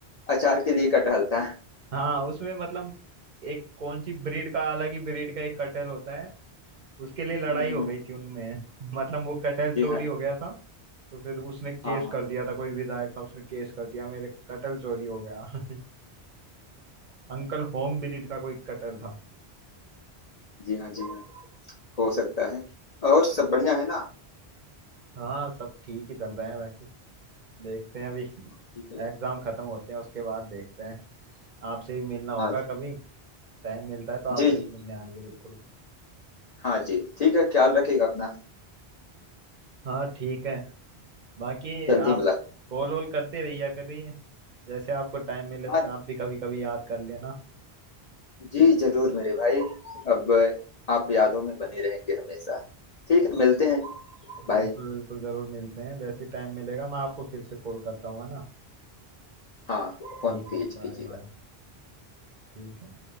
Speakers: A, on the left; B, on the right.
A: अचार के लिए कटहल था
B: हाँ उसमें मतलब एक कौन सी ब्रीड का अलग ही ब्रीड का एक कटहल होता है उसके लिए लड़ाई
A: हम्म, हम्म,
B: हो
A: हम्म,
B: गई थी उनमें <laughs> मतलब वो कटहल चोरी
A: जी हाँ
B: हो
A: जी
B: गया था तो फिर उसने केस
A: हाँ हाँ
B: कर दिया था कोई विधायक था उसने केस कर दिया मेरे कटहल चोरी हो गया <laughs> अंकल होम ब्रीड का कोई कटहल था
A: जी हाँ जी हाँ हो सकता है और सब बढ़िया है ना
B: हाँ सब ठीक ही चल रहे हैं बाकी देखते हैं अभी
A: ठीक है
B: एग्जाम खत्म होते हैं उसके बाद देखते हैं आपसे भी मिलना होगा
A: हाँ जी
B: कभी टाइम मिलता है तो आपसे
A: जी जी
B: भी
A: जी,
B: मिलने आएंगे बिल्कुल
A: हाँ जी ठीक है ख्याल रखिएगा अपना
B: हाँ ठीक है बाकी
A: जल्दी
B: आप
A: मुलाकात
B: कॉल वॉल करते रहिए करिए जैसे आपको टाइम मिले
A: हाँ
B: तो आप भी कभी कभी याद कर लेना
A: जी जरूर मेरे भाई अब आप यादों में बने रहेंगे हमेशा ठीक है मिलते हैं बाय
B: बिल्कुल बिल्कुल जरूर मिलते हैं जैसे टाइम मिलेगा मैं आपको फिर से कॉल करता हूँ है ना
A: हाँ फोन
B: ठीक
A: कीजिए
B: है बाय
A: कीजिए
B: बाय ठीक है